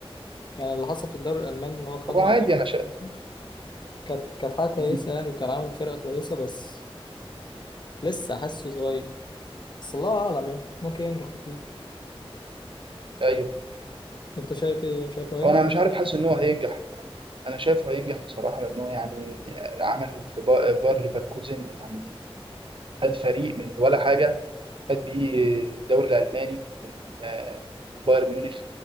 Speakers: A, on the left; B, on the right.
A: يعني اللي حصل في الدوري الألماني إن هو خده
B: هو عادي
A: مع بايرن
B: انا شايف
A: كانت كانت حاجة كويسة
B: مم.
A: يعني وكان عامل فرقة كويسة بس لسه حاسه صغير بس الله أعلم يعني ممكن ينجح أكيد
B: ايوه
A: أنت شايف إيه؟ شايفه هينجح؟
B: وانا مش عارف حاسس ان هو هينجح انا شايفه هينجح بصراحه لان هو يعني عمل في با- باير ليفركوزن يعني هاد فريق من ولا حاجه فات بيه الدوري الالماني من آه، من بايرن ميونخ